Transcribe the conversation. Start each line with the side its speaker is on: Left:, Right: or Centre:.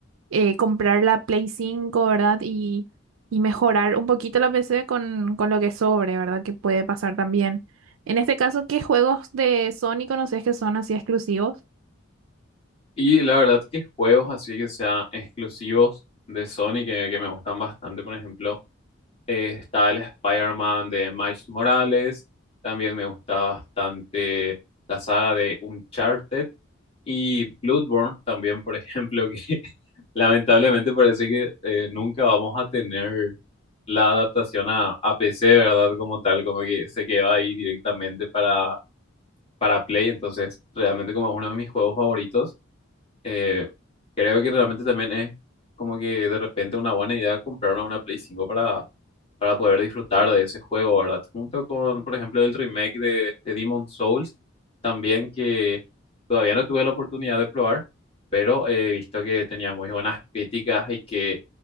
Right: eh, comprar la Play cinco ¿verdad? Y, y mejorar un poquito la PC con, con lo que sobre, ¿verdad? Que puede pasar también. En este caso, ¿qué juegos de Sony conoces que son así exclusivos?
Left: Y la verdad que juegos así que sean exclusivos de Sony que, que me gustan bastante, por ejemplo, eh, está el Spider-Man de Miles Morales, también me gusta bastante la saga de Uncharted y Bloodborne también, por ejemplo, que <laughs> lamentablemente parece que eh, nunca vamos a tener la adaptación a, a PC, ¿verdad? Como tal, como que se queda ahí directamente para, para Play, entonces realmente como es uno de mis juegos favoritos. Eh, creo que realmente también es como que de repente una buena idea comprarme una Play cinco para, para poder disfrutar de ese juego, ¿verdad? Junto con, por ejemplo, el remake de, de Demon Souls, también que todavía no tuve la oportunidad de probar, pero he visto que tenía muy buenas críticas y que